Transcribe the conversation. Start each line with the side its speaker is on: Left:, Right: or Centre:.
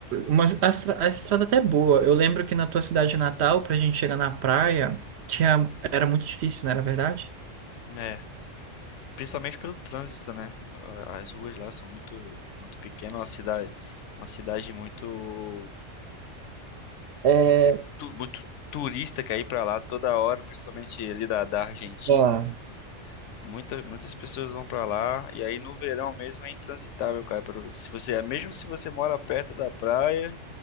Right: uma, a, estra- a estrada até é boa. Eu lembro que na tua cidade natal, pra gente chegar na praia, tinha era muito difícil, não era verdade?
Left: É. Principalmente pelo trânsito, né? Ah, As ruas lá são muito, muito pequenas, uma cidade, uma cidade muito,
Right: É.
Left: tu- muito turista que aí pra lá toda hora, principalmente ali da, da Argentina.
Right: Ufa.
Left: Muita, muitas pessoas vão pra lá e aí no verão mesmo é intransitável, cara, para você. Se você, mesmo se você mora perto da praia,